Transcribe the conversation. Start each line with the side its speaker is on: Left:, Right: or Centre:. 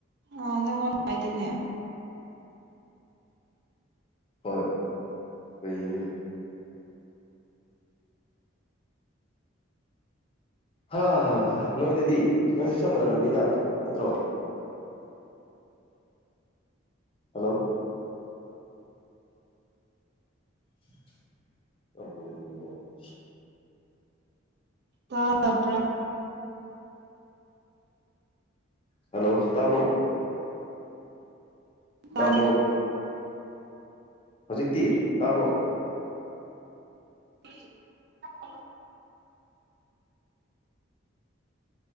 Right: ꯑ ꯅ ꯋꯥ ꯍꯥꯏꯥꯏꯇꯅꯦ
Left: ꯍꯣꯏ ꯀꯩꯒꯤꯅꯅꯦ ꯍꯥ ꯅꯣꯏꯗꯨꯗꯤ ꯅꯣꯏꯁꯨ ꯆꯞ ꯃꯥꯟꯅꯔꯕꯅꯤꯗ ꯅꯠꯇ꯭ꯔꯣ ꯍꯜꯂꯣ <unintelligible>
Right: ꯇꯥꯗꯕꯔꯥ
Left: ꯍꯜꯂꯣ ꯇꯥꯕ꯭ꯔꯣ
Right: ꯇꯥꯔꯦ
Left: ꯇꯥꯕ꯭ꯔꯣ ꯍꯧꯖꯤꯛꯇꯤ ꯇꯥꯕ꯭ꯔꯣ
Right: ꯎꯝ <unintelligible>